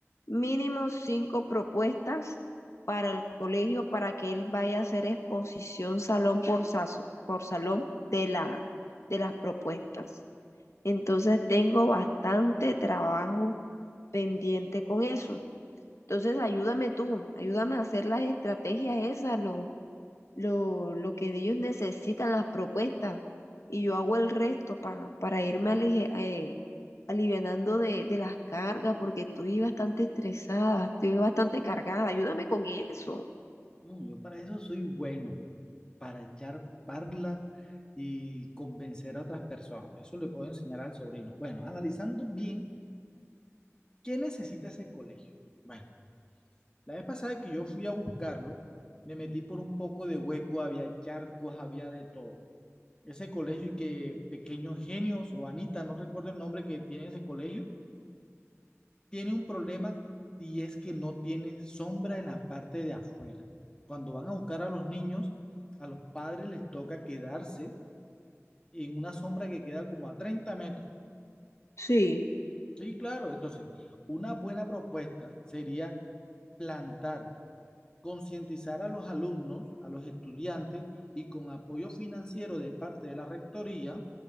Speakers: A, on the left; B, on the left.
A: mínimo cinco propuestas para el colegio para que él vaya a hacer exposición salón por, saso- por salón de la, de las propuestas. Entonces tengo bastante trabajo pendiente con eso. Entonces ayúdame tú, ayúdame a hacer las estrategias esas, los lo, lo que ellos necesitan, las propuestas, y yo hago el resto pa- para irme alije- eh, alivianando de, de las cargas, porque estoy bastante estresada, estoy bastante cargada, ayúdame con eso.
B: No, yo para eso soy bueno. para echar parla y convencer a otras personas. Eso le puedo enseñar al sobrino. Bueno, analizando bien, ¿qué necesita ese colegio? Bueno, la vez pasada que yo fui a buscarlo, me metí por un poco de hueco, había charcos, había de todo. Ese colegio y que Pequeños Genios o Anita, no recuerdo el nombre que tiene ese colegio, tiene un problema y es que no tiene sombra en la parte de afuera. Cuando van a buscar a los niños, a los padres les toca quedarse en una sombra que queda como a 30 metros.
A: Sí,
B: Sí, claro. Entonces, una buena propuesta sería plantar, concientizar a los alumnos, a los estudiantes y con apoyo financiero de parte de la rectoría